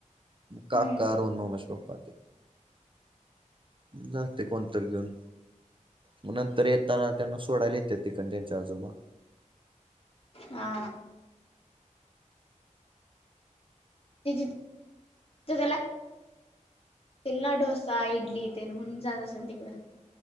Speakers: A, on the left (about 50°); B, on the right (about 40°).
A: हम्म
B: काका <unintelligible> पााती जाते कोणतरी घेऊन. मग नंतर येताना त्यांना सोडायला येत्यात. तिकडणं त्यांचे आजोबा.
A: हा ते तर त्याला ना डोसा इडली ते म्हून जात असेल तिकडं.